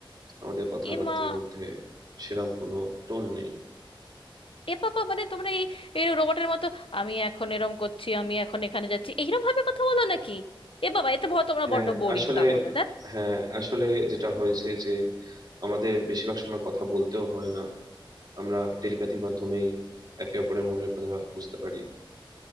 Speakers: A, on the right; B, on the left.
A: আমাদের কথাবার্তার
B: এমা
A: মধ্যে সেরকম কোনো টোন নেই
B: এ বাবা মানে তোমরা এই এই রোবটের মতো আমি এখন এরম করছি আমি এখন এখানে যাচ্ছি এইরকম ভাবে কথা বলো নাকি এ বাবা এতে ভয় তোমরা
A: হ্যাঁ
B: বড্ড বোরিং
A: আসলে
B: তাহলে দেখ
A: হ্যাঁ আসলে যেটা হয়েছে যে আমাদের বেশিরভাগ সময় কথা বলতেও হয় না আমরা টেলিপ্যাথির মাধ্যমেই একে অপরের মনের কথা বুঝতে পারি